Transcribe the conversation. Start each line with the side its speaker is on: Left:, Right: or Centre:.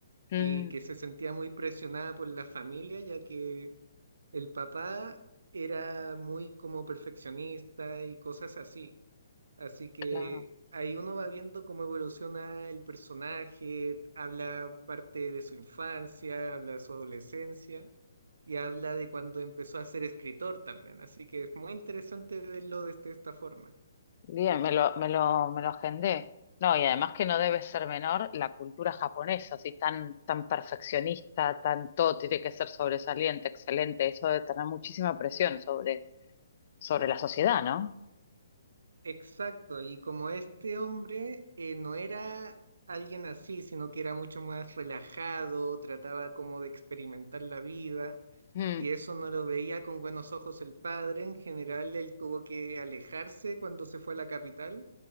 Left: Mm,
Right: y que se sentía muy presionada por la familia, ya que el papá era muy como perfeccionista y cosas así. Así que
Left: claro.
Right: ahí uno va viendo cómo evoluciona el personaje, habla parte de su infancia, habla de su adolescencia. Y habla de cuando empezó a ser escritor también, así que es muy interesante verlo desde esta forma.
Left: Bien, me lo, me lo, me lo agendé. No, y además que no debe ser menor la cultura japonesa, así tan, tan perfeccionista, tan todo tiene que ser sobresaliente, excelente. Eso debe tener muchísima presión sobre, sobre la sociedad, ¿no?
Right: Exacto, y como este hombre eh, no era alguien así, sino que era mucho más relajado, trataba como de experimentar la vida,
Left: Mm,
Right: y eso no lo veía con buenos ojos el padre, en general él tuvo que alejarse cuando se fue a la capital